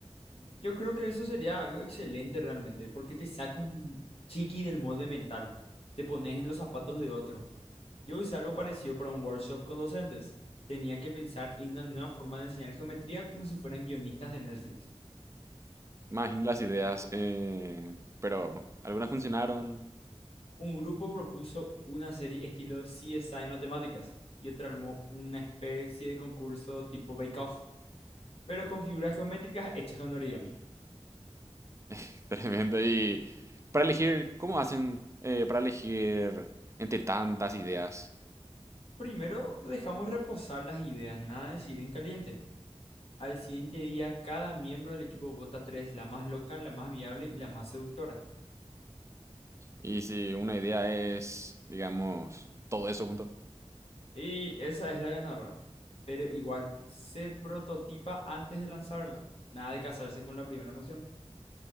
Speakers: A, on the left (about 60°); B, on the right (about 25°).
A: Yo creo que eso sería algo excelente realmente, porque te saca un chiqui del molde mental, te pones en los zapatos de otro. Yo hice algo parecido para un workshop con docentes. Tenía que pensar en una nueva forma de enseñar geometría como si fueran guionistas de Netflix.
B: Imagino las ideas, eh, pero algunas funcionaron,
A: Un grupo propuso una serie estilo CSI Matemáticas y otro armó una especie de concurso tipo Bake Off, pero con figuras geométricas hechas con origami.
B: <laughs> tremendo. Y para elegir, ¿cómo hacen eh, para elegir entre tantas ideas?
A: Primero dejamos reposar las ideas, nada de decir en caliente. Al siguiente día, cada miembro del equipo vota tres, la más loca, la más viable y la más seductora.
B: Y si una idea es, digamos, todo eso junto.
A: Y esa es la ganadora. Pero igual se prototipa antes de lanzarla. Nada de casarse con la primera emoción.